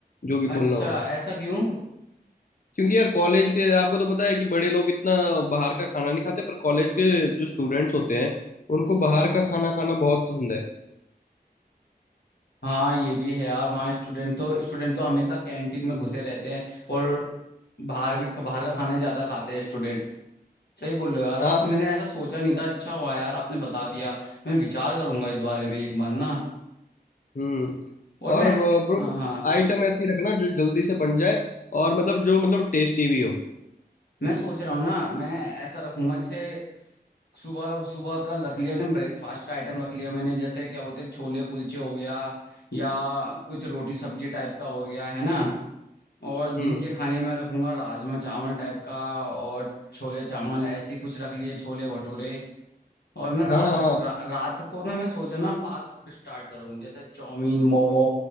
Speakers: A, on the left (about 55°); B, on the left (about 80°).
A: जो भी
B: अच्छा
A: खोलना होगा
B: ऐसा क्यों
A: क्योंकि यार कॉलेज के आपको तो पता है कि बड़े लोग इतना बाहर का खाना नहीं खाते पर कॉलेज के जो स्टूडेंट्स होते हैं उनको बाहर का खाना खाना बहुत पसंद है
B: हाँ ये भी है यार वहाँ स्टूडेंट तो स्टूडेंट तो हमेशा कैंटीन में घुसे रहते हैं और बाहर भी बाहर का खाना ही ज्यादा खाते हैं स्टूडेंट सही बोल रहे हो यार आप
A: हाँ
B: मैंने ऐसा सोचा नहीं था अच्छा हुआ यार आपने बता दिया मैं विचार करूंगा इस बारे में एक बार ना
A: हम्म
B: और मैं
A: और
B: ऐसा,
A: ब्रो
B: हाँ हाँ,
A: आइटम ऐसी रखना जो जल्दी से बन जाए और मतलब जो मतलब टेस्टी भी हो
B: मैं सोच रहा हूँ ना मैं ऐसा रखूंगा जैसे सुबह सुबह का रख लिया मैंने ब्रेकफास्ट का आइटम रख लिया मैंने जैसे क्या बोलते हैं छोले कुलचे हो गया या कुछ रोटी सब्जी टाइप का हो गया है ना और दिन
A: हम्म
B: के खाने में रखूंगा राजमा चावल टाइप का और छोले चावल ऐसी कुछ रख लिए छोले भटूरे और मैं रात
A: हाँ हाँ
B: रा, रात को ना मैं सोचा ना फास्ट फूड स्टार्ट करूँ जैसे chow mein momo